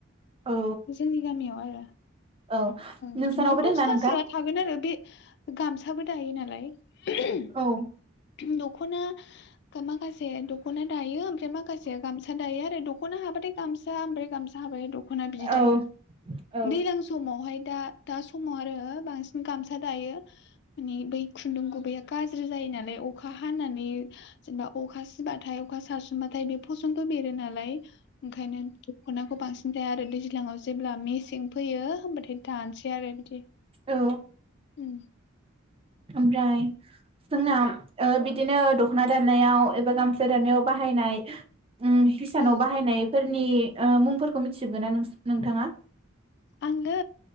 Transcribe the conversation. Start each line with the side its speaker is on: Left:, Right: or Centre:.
Right: औ
Left: जोंनि गामियाव आरो
Right: औ नोंसानावबो
Left: बिदिनो दसथासो
Right: दोंना नोंथां
Left: थागोन आरो बे गामसाबो दायो नालाय <inaudible>
Right: औ
Left: दख' दख'ना माखासे दख'ना दायो ओमफ्राय माखासे गामसा दायो आरो दख'ना हाबाथाय गामसा ओमफ्राय गामसा हाबाथाय दख'ना बिदि दैज्लां
Right: औ औ
Left: समावहाय दा दा समाव आरो बांसिन गामसा दायो बै खुन्दुं गुबैया गाज्रि जायो नालाय अखा हानानै जेनेबा अखा सिबाथाय अखा सारसनबाथाय बे बसनत बेरो नालाय ओंखायनो दख'नाखौ बांसिन दाया आरो दैज्लां जेब्ला मेसें फैयो होमबाथाय दानोसै आरो बिदि
Right: औ
Left: ओ
Right: ओमफ्राय जोंना ओ बिदि बिदिनो दख'ना दा दानायाव एबा गामसा दानायाव बाहायनाय ओ हिसानाव
Left: औ
Right: बाहायनायफोर नि ओ मुंफोरखौ मिथिजोबो ना नोंथाङा
Left: आङो